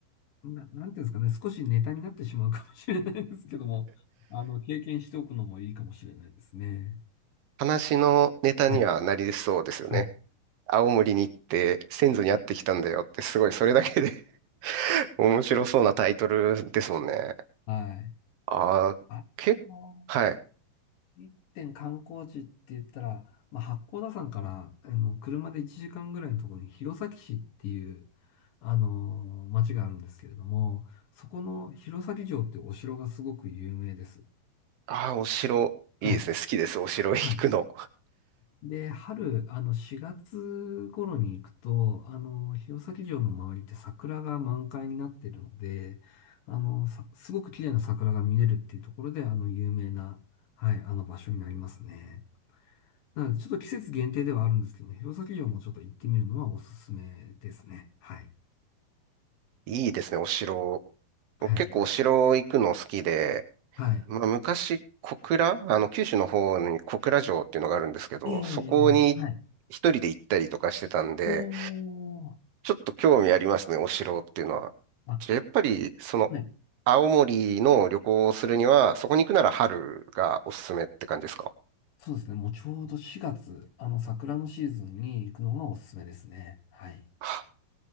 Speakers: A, on the left; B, on the right.
A: な、なんていうんですかね、少しネタになってしまうかもしれないですけども、<laughs> あの、経験しておくのもいいかもしれないですね。
B: 話のネタにはなりそうですよね。
A: はい。はい。
B: 青森に行って先祖に会ってきたんだよってすごいそれだけで <laughs> 面白そうなタイトルですもんね。
A: はい。
B: ああ、
A: あと、
B: 結構、はい。
A: 一点観光地って言ったら、まあ、八甲田山から、あの、車で1時間ぐらいのところに弘前市っていう、あの、町があるんですけれども、そこの弘前城っていうお城がすごく有名です。
B: ああ、お城、
A: はい。
B: いいですね。好きです。お城行くの。
A: はいで、春、あの、4月頃に行くと、あの、弘前城の周りって桜が満開になってるので、あの、さすごく綺麗な桜が見れるっていうところで、あの、有名な、はい、あの場所になりますね。なので、ちょっと季節限定ではあるんですけども、弘前城もちょっと行ってみるのはおすすめですね。はい。
B: いいですね、お城。
A: はい。
B: 僕結構お城行くの好きで、
A: はい。
B: まあ、昔、小倉、あの、九州の方に小倉城っていうのがあるんですけど、
A: ええ、
B: そこに
A: はい。
B: 一人で行ったりとかしてたんで、
A: おー。
B: ちょっと興味ありますね、お城っていうのは。
A: あ、
B: じゃあやっぱり、その、
A: はい。
B: 青森の旅行をするには、そこに行くなら春がおすすめって感じですか
A: そうですね。もうちょうど4月、あの、桜のシーズンに行くのがおすすめですね。はい。
B: あ